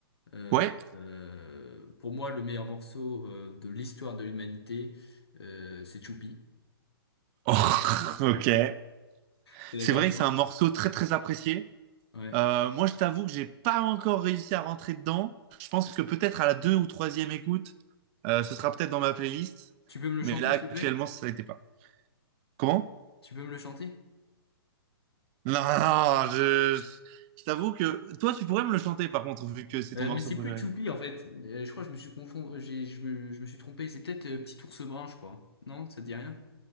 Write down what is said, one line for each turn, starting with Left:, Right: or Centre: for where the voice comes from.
Left: Euh,
Right: Ouais.
Left: euh, pour moi, le meilleur morceau euh, de l'histoire de l'humanité, euh, c'est Choupi.
Right: Oh, <laughs> ok.
Left: T'es d'accord
Right: C'est vrai
Left: avec moi?
Right: que c'est un morceau très, très apprécié.
Left: Ouais.
Right: Euh, moi, je t'avoue que j'ai pas encore réussi à rentrer dedans. Je pense que peut-être à la deux ou troisième écoute, euh, ce sera peut-être dans ma playlist.
Left: Tu peux me le
Right: Mais
Left: chanter,
Right: là,
Left: s'il
Right: actuellement,
Left: te plaît?
Right: ça n'était pas. Comment?
Left: Tu peux me le chanter?
Right: Non, non, je, je t'avoue que toi, tu pourrais me le chanter, par contre, vu que c'est
Left: Euh,
Right: ton morceau
Left: mais c'est
Right: préféré.
Left: plus Tchoupi en fait. Euh, je crois que je me suis confond... euh, j'ai- je me, je me suis trompé. C'est peut-être euh, Petit ours brun, je crois. Non, ça te dit rien?